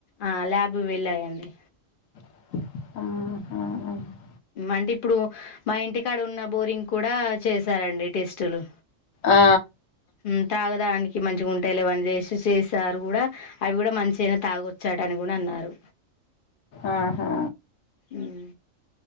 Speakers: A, on the left (about 60°); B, on the left (about 85°).
A: ఆ ల్యాబ్ వెళ్ళాయండి
B: ఆహ
A: అంటే ఇప్పుడు మా ఇంటికాడ ఉన్న బోరింగ్ కూడా చేసారండి టెస్టులు.
B: ఆ
A: ఉమ్ తాగడానికి మంచిగా ఉంటాయిలేవని చేసి చేసారు కూడా అవి కూడా మంచి అయినా తాగొచ్చాటా అని కూడా అన్నారు.
B: ఆహా
A: ఉమ్